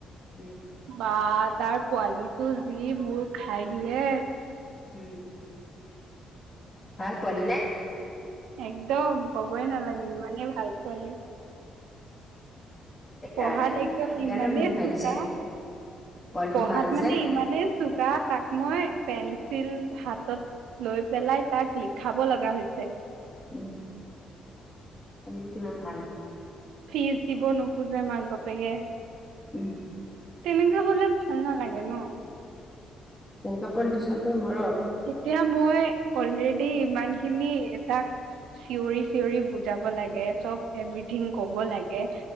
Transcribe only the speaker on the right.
বা তাৰ পোৱালি। ত যি মোৰ খাই দিয়ে।
একদম কবই নালাগে ইমানেই ভাল পোৱালি।
পঢ়াত একদম
ইমানেই
চুকা।
পঢ়াত
মানে
ইমানে চোকা তাক মই পেঞ্চিল হাতত লৈ পেলাই তাক লিখাব লগা হৈছে।
ফিজ দিব নোখোজে মাক বাপেকে।
তেনেকে হলে ভাল নালাগে ন।
এতিয়া মই অলৰেডি ইমান খিনি এটাক চিঞৰি চিঞৰি বুজাব লাগে, চব এভৰিথিং কব লাগে